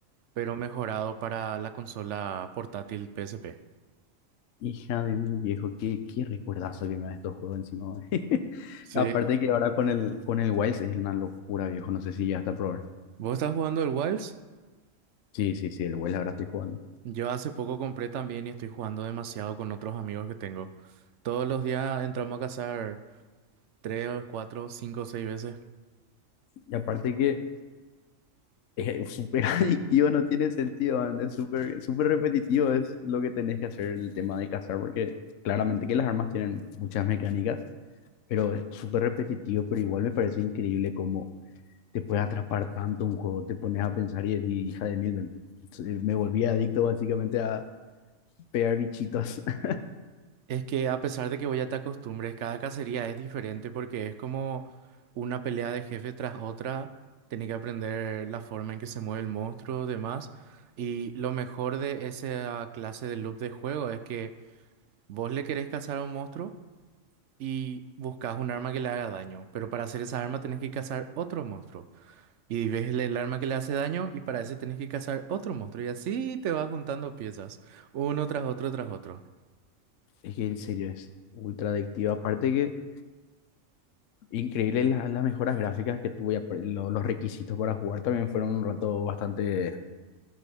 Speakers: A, on the right; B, on the left.
A: pero mejorado para la consola portátil PSP.
B: Hija de mi viejo, qué, qué recuerdazo que me da estos juegos encima. <laughs>
A: Sí.
B: Aparte que ahora con el, con el Wilds es una locura, viejo. No sé si ya está a probar.
A: ¿Vos estás jugando el Wilds?
B: Sí, sí, sí, el Wilds ahora estoy jugando.
A: Yo hace poco compré también y estoy jugando demasiado con otros amigos que tengo. Todos los días entramos a cazar 3, 4, 5, 6 veces.
B: Y aparte que es súper <laughs> adictivo, no tiene sentido, man, es súper, súper repetitivo, es lo que tenés que hacer el tema de cazar, porque claramente que las armas tienen muchas mecánicas, pero es súper repetitivo, pero igual me parece increíble cómo te puede atrapar tanto un juego, te pones a pensar y decir, hija de mil, man". Entonces, me volví adicto básicamente a pegar bichitos. <laughs>
A: Es que a pesar de que voy a te acostumbres, cada cacería es diferente porque es como una pelea de jefe tras otra. Tenés que aprender la forma en que se mueve el monstruo, demás. Y lo mejor de esa clase de loop de juego es que vos le querés cazar a un monstruo y buscas un arma que le haga daño. Pero para hacer esa arma tenés que cazar otro monstruo. Y ves el el arma que le hace daño y para ese tenés que cazar otro monstruo. Y así te vas juntando piezas, uno tras otro tras otro.
B: Es que en serio es ultra adictivo. Aparte que increíble la- las mejoras gráficas que tuve y lo- los requisitos para jugar también fueron un rato bastante,